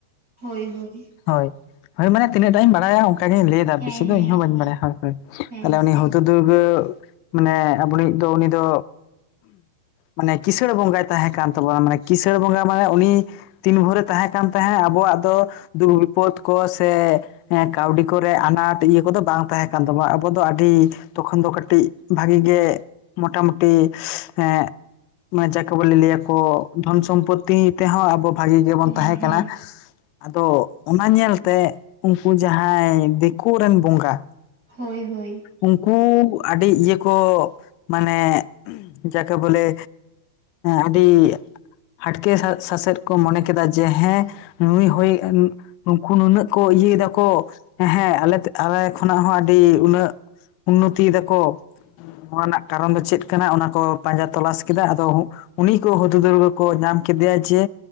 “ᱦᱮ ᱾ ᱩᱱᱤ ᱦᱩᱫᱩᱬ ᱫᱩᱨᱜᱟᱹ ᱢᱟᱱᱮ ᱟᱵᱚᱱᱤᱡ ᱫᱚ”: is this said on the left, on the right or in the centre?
Left